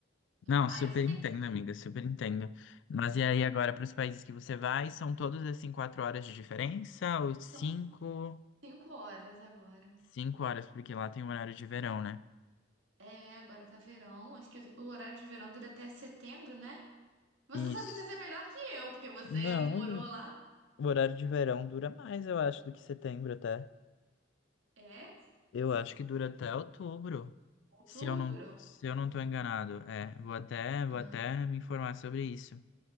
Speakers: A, on the left; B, on the right.
A: Não,
B: aí
A: super
B: eu fiquei,
A: entendo, amiga, super entendo. Mas e aí agora para os países que você vai, são todos assim quatro horas de diferença ou cinco,
B: são 5 horas agora.
A: cinco horas, porque lá tem o horário de verão, né?
B: É, agora tá verão, acho que o horário de verão dura até setembro, né? Você
A: Isso.
B: sabe dizer melhor que eu, porque você
A: Não,
B: morou lá.
A: o horário de verão dura mais, eu acho, do que setembro até.
B: É?
A: Eu acho que dura até outubro,
B: Outubro?
A: se eu não, se eu não tô enganado. É, vou até, vou
B: Ah,
A: até me informar sobre isso.